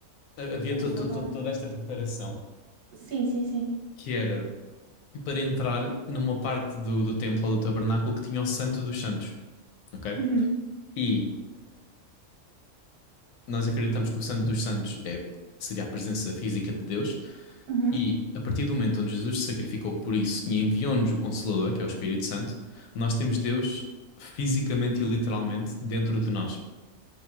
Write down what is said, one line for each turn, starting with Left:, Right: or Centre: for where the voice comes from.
Left: ha- havia
Right: sei
Left: to-
Right: lá, lavar
Left: to- to- toda esta preparação
Right: Sim, sim, sim.
Left: que era para entrar numa parte do, do templo ou do tabernáculo que tinha o Santo dos Santos, ok?
Right: Uhum,
Left: E nós acreditamos que o Santo dos Santos é, seria a presença física de Deus,
Right: uhum,
Left: e a partir do momento onde Jesus se sacrificou por isso e enviou-nos o Consolador, que é o Espírito Santo, nós temos Deus fisicamente e literalmente dentro de nós.